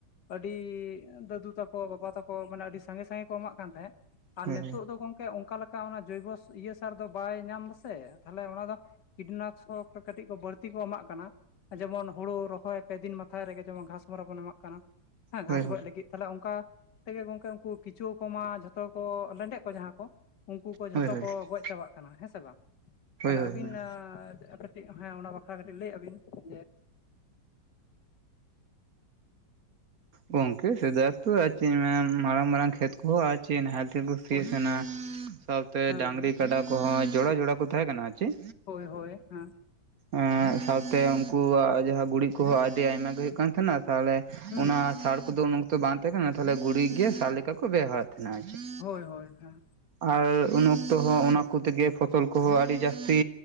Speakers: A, on the left (about 65°); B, on the right (about 55°).
A: ᱟᱹᱰᱤ ᱫᱟᱫᱩ ᱛᱟᱠᱚ ᱵᱟᱵᱟ ᱛᱟᱠᱚ ᱢᱟᱱᱮ ᱟᱹᱰᱤ ᱥᱟᱸᱜᱮ ᱥᱟᱸᱜᱮ ᱠᱚ ᱮᱢᱟᱜ ᱠᱟᱱ ᱛᱟᱦᱮᱸᱫ ᱟᱨ
B: ᱦᱳᱭ
A: ᱱᱤᱛᱳᱜ ᱫᱚ ᱜᱚᱢᱠᱮ ᱚᱱᱠᱟ ᱞᱮᱠᱟ ᱚᱱᱟ ᱡᱳᱵᱚᱥ ᱤᱭᱟᱹ ᱥᱟᱨ ᱫᱚ ᱵᱟᱭ ᱧᱟᱢ ᱫᱟᱥᱮ ᱛᱟᱦᱚᱞᱮ ᱚᱱᱟ ᱫᱚ ᱠᱤᱴᱱᱟᱥᱚᱠ ᱠᱟᱹᱴᱤᱡ ᱠᱚ ᱵᱟᱹᱲᱛᱤ ᱠᱚ ᱮᱢᱟᱜ ᱠᱟᱱᱟ ᱡᱮᱢᱚᱱ ᱦᱳᱲᱳ ᱨᱚᱦᱚᱭ ᱯᱮ ᱫᱤᱱ ᱢᱟᱛᱷᱟᱭ ᱨᱮᱜᱮ ᱡᱮᱢᱚᱱ ᱜᱷᱟᱥᱢᱚᱨᱟ ᱵᱚᱱ ᱮᱢᱟᱜ ᱠᱟᱱᱟ ᱦᱮᱸ
B: ᱦᱳᱭ
A: ᱜᱷᱟᱥ
B: ᱦᱳᱭ
A: ᱜᱚᱡ ᱞᱟᱹᱜᱤᱫ᱾ ᱛᱟᱦᱚᱞᱮ ᱚᱱᱠᱟ ᱛᱮᱜᱮ ᱜᱚᱝᱠᱮ ᱩᱱᱠᱩ ᱠᱤᱪᱩᱣ ᱠᱚᱢᱟ ᱡᱷᱚᱛᱚ ᱠᱚ ᱞᱮᱸᱰᱮᱫ ᱠᱚ ᱡᱟᱦᱟᱸ ᱠᱚ ᱩᱱᱠᱩ ᱠᱚ ᱡᱷᱚᱛᱚ
B: ᱦᱳᱭ ᱦᱳᱭ
A: ᱠᱚ ᱜᱚᱡ ᱪᱟᱵᱟᱜ ᱠᱟᱱᱟ ᱦᱮᱸ ᱥᱮ ᱵᱟᱝ ᱛᱟᱦᱚᱞᱮ
B: ᱦᱳᱭ
A: ᱟᱹᱵᱤᱱ
B: ᱦᱳᱭ
A: ᱟ ᱠᱟᱹ ᱴᱤᱡ ᱦᱮᱸ ᱚᱱᱟ ᱵᱟᱠᱷᱨᱟ ᱠᱟᱹᱴᱤᱡ ᱞᱟᱹᱭ ᱟ ᱵᱤᱱ ᱡᱮ
B: ᱜᱚᱝᱠᱮ ᱥᱮᱫᱟᱭᱛᱚ ᱟᱨ ᱪᱮᱫ ᱢᱮᱱᱟ ᱢᱟᱨᱟᱝ ᱢᱟᱨᱟᱝ ᱠᱷᱮᱛ ᱠᱚᱦᱚᱸ ᱟᱪᱮ ᱱᱟᱦᱮᱞ ᱛᱮᱠᱚ ᱥᱤᱭᱮᱫ
A: ᱦᱳᱭ
B: ᱛᱟᱦᱮᱸᱱᱟ ᱥᱟᱶᱛᱮ
A: ᱦᱮᱸ
B: ᱰᱟᱝᱨᱤ
A: ᱦᱮᱸ
B: ᱠᱟᱰᱟ ᱠᱚᱦᱚᱸ ᱡᱚᱲᱟ ᱡᱚᱲᱟ ᱠᱚ ᱛᱟᱦᱮᱸ ᱠᱟᱱᱟ ᱟᱨ ᱪᱮᱫ᱾
A: ᱦᱳᱭ ᱦᱳᱭ ᱦᱮᱸ᱾
B: ᱮᱸ ᱥᱟᱶᱛᱮ ᱩᱱᱠᱩᱣᱟᱜ ᱡᱟᱦᱟᱸ ᱜᱩᱨᱤᱡ ᱠᱚᱦᱚᱸ ᱟᱹᱰᱤ ᱟᱭᱢᱟᱮ ᱦᱩᱭᱩᱜ ᱠᱟᱱ ᱛᱟᱦᱮᱸᱱᱟ ᱛᱟᱦᱞᱮ
A: ᱦᱩᱸ
B: ᱚᱱᱟ ᱥᱟᱨ ᱠᱚᱫᱚ ᱩᱱ ᱚᱠᱛᱚ ᱵᱟᱝ ᱛᱟᱦᱮᱸ ᱠᱟᱱᱟ ᱛᱟᱦᱞᱮ ᱜᱩᱲᱤ ᱜᱮ ᱥᱟᱨ ᱞᱮᱠᱟ ᱠᱚ ᱵᱮᱣᱦᱟᱨᱮᱫ ᱛᱟᱦᱮᱸᱱᱟ ᱟᱨ ᱪᱮᱫ᱾
A: ᱦᱳᱭ ᱦᱳᱭ ᱦᱮᱸ᱾
B: ᱟᱨ ᱩᱱ ᱚᱠᱛᱚ ᱦᱚᱸ ᱚᱱᱟ ᱠᱚᱛᱮᱜᱮ ᱯᱷᱚᱥᱚᱞ ᱠᱚᱦᱚᱸ ᱟᱹᱰᱤ ᱡᱟᱹᱥᱛᱤ